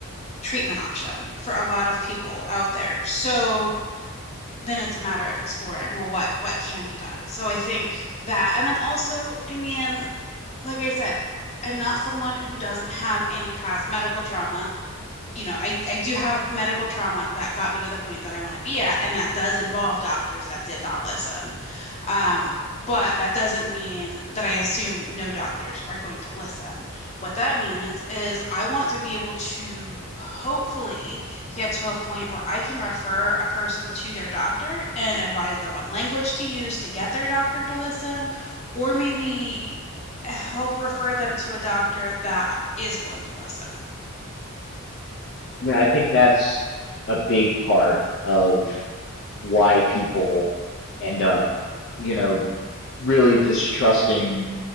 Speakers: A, on the left; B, on the left.
A: treatment option for a lot of people out there. So then it's a matter of exploring, well, what what can be done. So I think that, and then also, I mean, like I said, I'm not someone who doesn't have any past medical trauma you know, I, I do have medical trauma that got me to the point that I want to be at, and that does involve doctors that did not listen. Um, but that doesn't mean that I assume no doctors are going to listen. What that means is I want to be able to hopefully get to a point where I can refer a person to their doctor and advise them on language to use to get their doctor to listen, or maybe help refer them to a doctor that is going to listen.
B: yeah. I think that's a big part of why people end up, you know, really distrusting